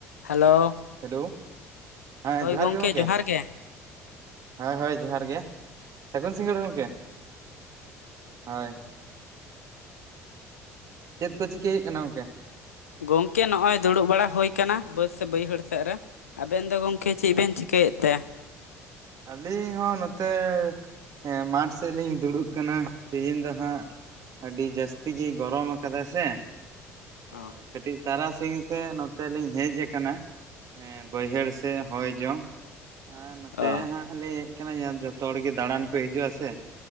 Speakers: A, on the left; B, on the right.
A: Hello
B: hello ᱦᱮᱸ
A: ᱦᱳᱭ
B: ᱡᱚᱦᱟᱨ
A: ᱜᱚᱢᱠᱮ
B: ᱜᱮ ᱜᱚᱝᱠᱮ।
A: ᱡᱚᱦᱟᱨ ᱜᱮ
B: ᱦᱳᱭ ᱦᱳᱭ ᱡᱚᱦᱟᱨ ᱜᱮ ᱥᱟᱹᱜᱩᱱ ᱥᱤᱸᱜᱟᱹᱲ ᱜᱚᱝᱠᱮ। ᱦᱳᱭ ᱪᱮᱫ ᱯᱮ ᱪᱤᱠᱟᱹᱭᱮᱜ ᱠᱟᱱᱟ ᱜᱚᱝᱠᱮ?
A: ᱜᱚᱝᱠᱮ ᱱᱚᱜᱼᱚᱭ ᱫᱩᱲᱩᱵ ᱵᱟᱲᱟ ᱦᱩᱭ ᱟᱠᱟᱱᱟ ᱵᱟᱹᱥ ᱥᱮ ᱵᱟᱹᱭᱦᱟᱹᱲ ᱥᱮᱫ ᱨᱮ, ᱟᱵᱮᱱ ᱫᱚ ᱜᱚᱝᱠᱮ ᱪᱮᱫ
B: ᱟᱪᱪᱷᱟ
A: ᱵᱮᱱ ᱪᱤᱠᱟᱹᱭᱮᱫ ᱛᱮ?
B: ᱟᱹᱞᱤᱧ ᱦᱚᱸ ᱱᱚᱛᱮ ᱦᱮᱸ ᱢᱟᱴᱷ ᱥᱮᱫ ᱞᱤᱧ ᱫᱩᱲᱩᱵ ᱠᱟᱱᱟ ᱛᱮᱦᱤᱧ ᱫᱚ ᱦᱟᱸᱜ। ᱟᱹᱰᱤ ᱡᱟᱹᱥᱛᱤ ᱜᱮᱭ ᱜᱚᱨᱚᱢ ᱟᱠᱟᱫᱟ ᱥᱮ। ᱛᱚ
A: ᱚ
B: ᱠᱟᱹᱴᱤᱡ ᱛᱟᱨᱟᱥᱤᱧ ᱥᱮᱫ ᱱᱚᱛᱮ ᱞᱤᱧ ᱦᱮᱡ ᱟᱠᱟᱱᱟ। ᱦᱮᱸ ᱵᱟᱹᱭᱦᱟᱹᱲ ᱥᱮᱜ ᱦᱚᱭ ᱡᱚᱢ। ᱟᱸ ᱱᱚᱛᱮ
A: ᱚ
B: ᱦᱟᱸᱜ ᱞᱤᱧ ᱦᱮᱡ ᱠᱟᱱᱟ ᱡᱚᱛᱚ ᱦᱚᱲᱜᱮ ᱫᱟᱬᱟᱱ ᱠᱚ ᱦᱤᱡᱩᱜ ᱟᱥᱮ।